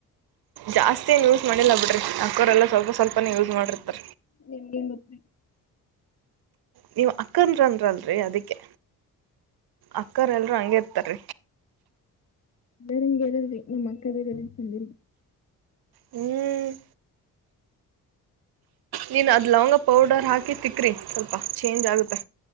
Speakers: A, on the right (about 65°); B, on the left (about 40°).
A: ಜಾಸ್ತಿ ಏನು ಯೂಸ್ ಮಾಡಿಲ್ಲ ಬಿಡ್ರಿ ಅಕ್ಕೋರೆಲ್ಲ <unintelligible> ಸ್ವಲ್ಪ ಸ್ವಲ್ಪನೇ ಯೂಸ್ ಮಾಡಿರ್ತಾ
B: <unintelligible>
A: ನೀವ್ ಅಕ್ಕನದ್ರದ್ರಳ್ರಿ ಅದಿಕ್ಕೆ ಅಕ್ಕರ ಎಲ್ರೂ ಹಂಗೆ ಇರ್ತಾರ.
B: ಬರಿಂಗಗೆರಲ್ರಿ ನಮ್ಮ್ ಅಕ್ಕದ ಇರ ಚಂದ
A: ಹ್ಮ್ ನೀನು ಅದು ಲವಂಗ ಪೌಡರ್ ಹಾಕಿ ತಿಕ್ಕ್ರಿ ಸ್ವಲ್ಪ ಚೇಂಜ್ ಆಗುತ್ತೆ.